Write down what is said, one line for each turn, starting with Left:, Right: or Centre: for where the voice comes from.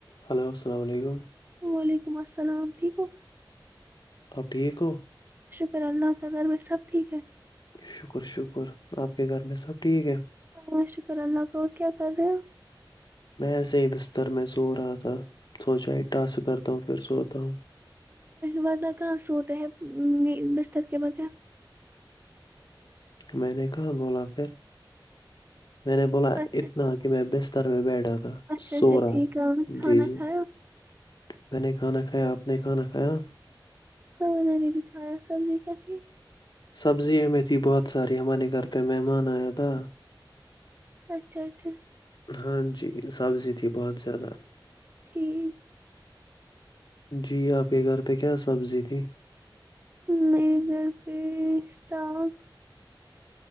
Left: Hello السلام علیکم
Right: وعلیکم السلام ٹھیک ہو
Left: اب ٹھیک ہو
Right: شکر اللہ آ کا گھر بھائی سب ٹھیک ہے
Left: شکر شکر آپ کے گھر میں سب ٹھیک ہے
Right: ہاں شکر اللہ کا اور کیا کر رہے ہو
Left: میں ایسے ہی بستر میں سو رہا تھا سوچا ہی ٹاس کرتا ہوں پھر سوتا ہوں
Right: ورہ کہاں سوتے ہے بستر کے بغیر
Left: میں نے کہا بولا پھر میں نے بولا
Right: اچھا
Left: اتنا کہ میں بیسٹ استر میں بیٹھا تھا
Right: اچھا
Left: سو
Right: اچھا
Left: رہا
Right: ٹھیک
Left: تھا
Right: ہے اور کھانا
Left: جی جی
Right: کھاو
Left: میں نے کھانا کھایا آپ نے کھانا کھایا
Right: ہاں میں نے بھی کھایا سبزی کیا تھی
Left: سبزی ہمیں تھی بہت ساری ہمارے گھر پہ مہمان آیا تھا
Right: اچھا اچھا
Left: ہاں جی سبزی تھی بہت زیادہ
Right: ٹھیک
Left: جی آپ کے گھر پہ کیا سبزی تھی
Right: میرے گھر پہ ساگ